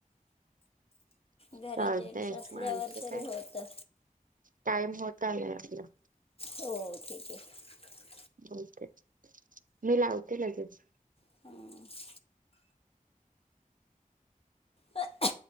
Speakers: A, on the left (about 40°); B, on the right (about 70°).
A: घरात
B: चालतय
A: जेंट्स असल्यावर
B: मा आणखी
A: तरी
B: काय
A: होतं
B: टाईम होता नाही आपला
A: हो ठीक आहे
B: ओके मी लावते लगेच
A: धन्यवाद हं.